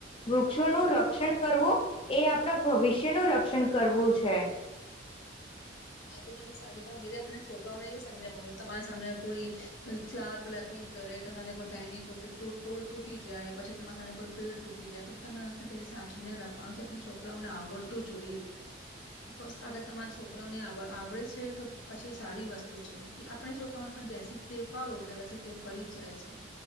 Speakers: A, on the left (about 30°); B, on the left (about 75°).
A: વૃક્ષોનું રક્ષણ કરવું એ આપણા ભવિષ્યનું રક્ષણ કરવું છે.
B: આ તો તમે સારી વાત કીધી આપણને છોકરાઓને એ સમજવાનું તમારા સામેને કોઈ ફ્લાવર પ્લકિંગ ગ કરે, કોઈ ટેની તૂટી જાય પછી તમારા સામે કોઈ પેડ તૂટી જાય પછી તમારે સાચવીને રાખવાનું છે. આપડા છોકરાઓને આવડતું જોઈએ આગળ તમારા છોકરાઓને આવ આવડે છે, તો પછી સારી વસ્તુ છે કેમકે આપણે છોકરાને પણ જેસી ટેવ પાડો અમને વસી તે પડી જ જાય છે